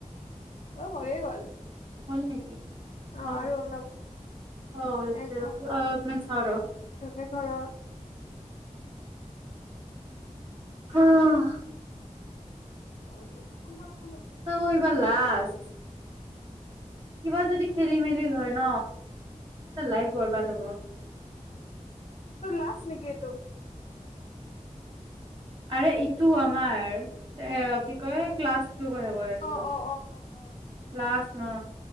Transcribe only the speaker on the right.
হ'ল নেকি চাও
ৰ
অ হৈছে
ৰ অলপমান চাও ৰ
হাআ।
অ' এই বাৰ লাষ্ট। কিবা যদি খেলি মেলি হয় ন লাইফ বৰবাদ হ'ব।
আৰু ইটো আমাৰ। এ কি কয় ক্লাছটোৰ কথা কৈ আছো।
ক্লাছ
ন